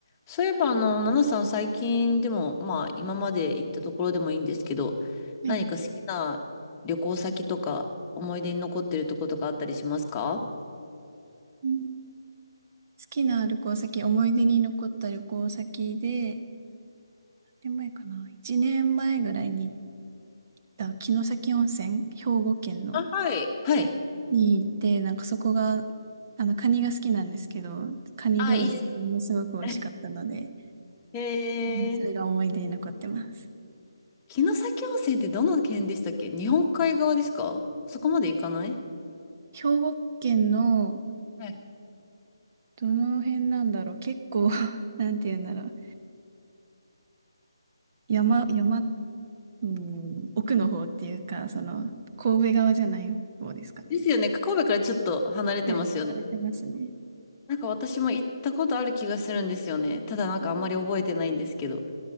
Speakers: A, on the left; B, on the right.
A: そういえば、あの、ナナさん最近でも、まあ、今まで行ったところでもいいんですけど、
B: はい。
A: 何か好きな旅行先とか、思い出に残ってるとことかあったりしますか
B: うん好きな旅行先、思い出に残った旅行先で、何年前かな ?1 年前ぐらいに行った城崎温泉、兵庫県の、
A: あ、はい。はい。
B: に行って、なんかそこが、あの、カニが好きなんですけど、カニ料理がものすごく美味しかったので、
A: あ、いいですね。<laughs> えー、
B: うんそれが思い出に残ってます。
A: 城崎温泉ってどの県でしたっけ日本海側ですかそこまで行かない
B: 兵庫県の、
A: はい。
B: どの辺なんだろう結構 <laughs> なんて言うんだろう。山、山、うん、奥の方っていうか、その、神戸側じゃない方ですかね。
A: ですよね。神戸からちょっと離れてますよね。
B: はい、離れてますね。
A: なんか私も行ったことある気がするんですよね。ただなんかあんまり覚えてないんですけど。
B: うん